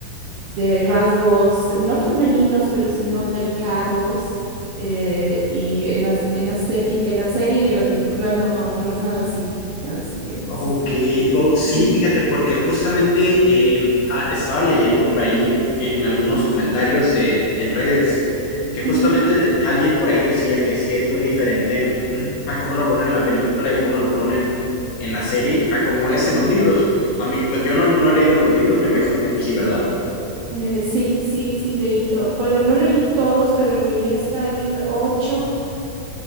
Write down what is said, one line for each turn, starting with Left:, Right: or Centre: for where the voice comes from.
Right: de rasgos no femeninos, pero sino delicados. eh, y en las, en la seli- en la serie y en la película no, no es nada así. Así que sí.
Left: Ok, oh, sí,
Right: Ujú,
Left: fíjate, porque justamente eh, ah, estaba leyendo por ahí en algunos comentarios de, en redes que justamente
Right: ujú.
Left: de- alguien por ahí decía que sí es muy diferente <clears throat> a cómo lo ponen en la película y cómo lo ponen en la serie a cómo es en los libros. A mí, pues yo no, no he leído los libros, me imagino que tú sí, ¿verdad?
Right: Eh, sí, sí, sí, leí todo. Bueno, no leí todos, pero leí hasta el 8,